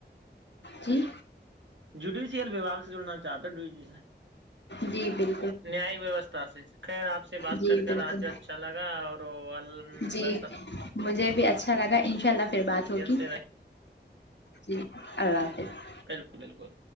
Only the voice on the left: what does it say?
جی
جی بل
جی
بالکل
جی
مجھے بھی اچھا لگا ان شاء اللہ فر بات ہوگی
جی اللہ حافظ